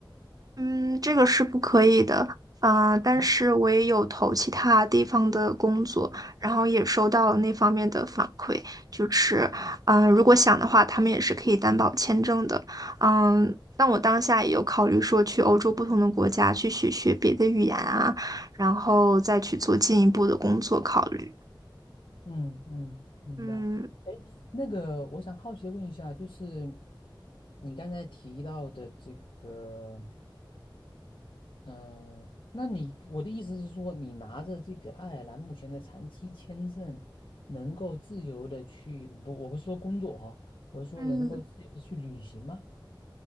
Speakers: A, on the right (about 45°); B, on the left (about 80°).
A: 嗯，这个是不可以的，啊、但是我也有投其他地方的工作，
B: 啊？
A: 然后也收到了那方面的反馈，就是，嗯、如果想的话，他们也是可以担保签证的，嗯，但我当下也有考虑说去欧洲不同的国家去学学别的语言啊，然后再去做进一步的工作考虑，
B: 嗯嗯，明白。
A: 嗯
B: 哎，那个，我想好奇的问一下，就是你刚才提到的这个，嗯、那你我的意思是说，你拿着这个爱尔兰目前的长期签证，能够自由的去，不，我不是说工作哈、我是说能够自由的去旅行吗？
A: 嗯。